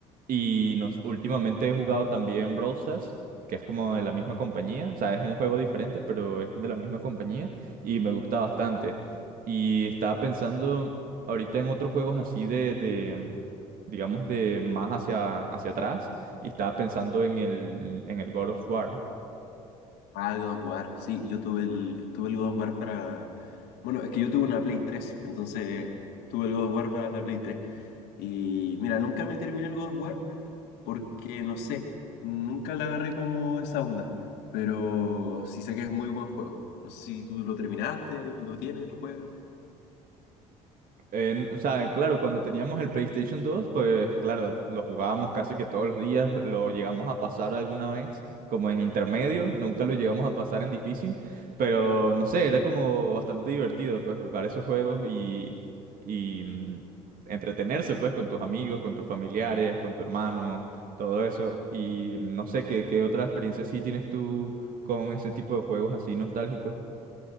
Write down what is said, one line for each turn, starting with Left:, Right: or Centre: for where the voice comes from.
Right: y nos, últimamente he jugado también Brawl Stars. que es como de la misma compañía, o sea, es un juego diferente, pero es de la misma compañía y me gusta bastante. Y estaba pensando ahorita en otros juegos así de, de, mm, digamos, de más hacia, hacia atrás. Y estaba pensando en el, en el God of War.
Left: Ah, God of War. Sí, yo tuve el, tuve el God of War para... Bueno, es que yo tuve una Play tres entonces tuve el God of War para la Play tres Y mira, nunca me terminé el God of War porque, no sé, nunca la agarré como esa onda. Pero sí sé que es muy buen juego. No sé si tú lo terminaste, lo tienes, lo juegas.
Right: En- o sea, claro, cuando teníamos el PlayStation dos pues claro, lo jugábamos casi que todos los días, lo llegamos a pasar alguna vez, como en intermedio, nunca lo llegamos a pasar en difícil, pero no sé, era como bastante divertido, pues jugar esos juegos y, y mm, entretenerse, pues, con tus amigos, con tus familiares, con tu hermano, todo eso. Y no sé, ¿qué, qué otra experiencia sí tienes tú con ese tipo de juegos así nostálgicos?